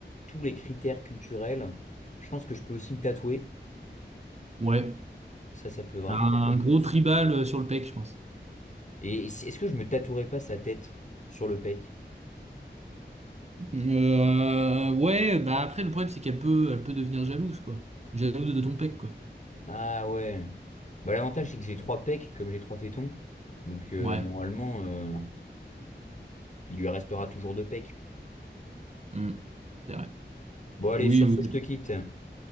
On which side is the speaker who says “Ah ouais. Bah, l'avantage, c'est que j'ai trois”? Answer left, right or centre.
Left